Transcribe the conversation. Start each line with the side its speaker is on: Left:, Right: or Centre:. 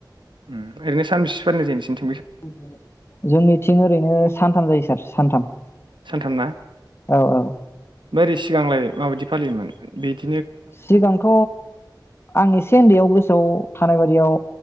Right: ओम ओरैनो सानबिसि फालिनाय जायो नोंसिनि थिं?
Left: <inaudible> जोंनि थिं ओरैनो सानथाम जायो सार सानथाम।
Right: सानथाम ना?
Left: औ औ
Right: बोरै सिगांलाय माबायदि फालियोमोन बिदि
Left: सिगांथ आं एसे ओन्दैयाव गोसोआव थानाय बादियाव